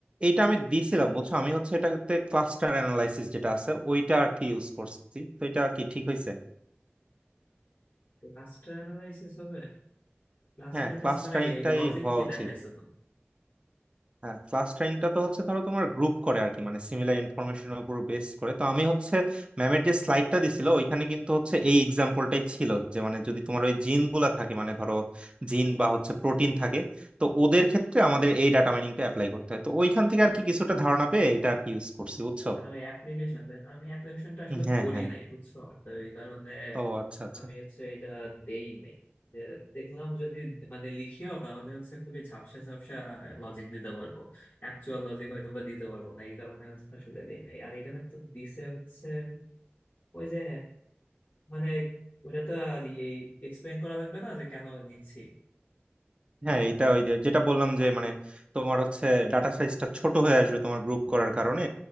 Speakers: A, on the right (about 25°); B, on the left (about 50°).
A: এইটা আমি দিয়েছিলাম বুঝছো আমি হচ্ছে এটাতে ক্লাস্টার অ্যানালাইসিস যেটা আছে ওইটা আর কি ইউজ করছি তো এটা কি ঠিক হয়েছে
B: ক্লাস্টার অ্যানালাইসিস হবে ক্লাস্টার
A: হ্যাঁ
B: অ্যানালাইসিস
A: ক্লাস্টারিংটাই
B: মানে লজিক
A: হওয়া
B: কি
A: উচিত
B: দেখাইছো
A: হ্যাঁ ক্লাস টাইমটা তো হচ্ছে ধরো তোমার গ্রুপ করে আর কি মানে সিমিলার ইনফরমেশনের উপর বেস করে তো আমি হচ্ছে ম্যামের যে স্লাইডটা দিছিল ওইখানে কিন্তু হচ্ছে এই এক্সাম্পলটাই ছিল যে মানে যদি তোমার ওই জিন গুলা থাকে মানে ধরো জিন বা হচ্ছে প্রোটিন থাকে তো ওদের ক্ষেত্রে আমাদের এই ডাটা মাইনিংটা অ্যাপ্লাই করতে হয় তো ওইখান থেকে আর কি কিছুটা ধারণা পেয়ে এটা আর কি ইউজ করছি বুঝছো
B: ও মানে ওই অ্যাপ্লিকেশন না আমি অ্যাপ্লিকেশনটা আসলে
A: হ্যাঁ
B: পড়ি
A: হ্যাঁ
B: নাই বুঝছো তো এই কারণে
A: ও আচ্ছা আচ্ছা
B: আমি হচ্ছে এটা দেই নাই যে দেখলাম যদি মানে লিখিও তাহলে হচ্ছে খুবই ঝাপসা ঝাপসা লজিক দিতে পারবো অ্যাকচুয়াল লজিক হয়তো বা দিতে পারবো না এই কারণে হচ্ছে আসলে দেই নাই আর এখানে তো দিছে হচ্ছে ওই যে মানে ওটা তো আর এক্সপ্লেন করা লাগবে না যে কেন নিচ্ছি
A: হ্যাঁ এটা ওই যে যেটা বললাম যে মানে তোমার হচ্ছে ডাটা সাইজটা ছোট হয়ে আসবে তোমার গ্রুপ করার কারণে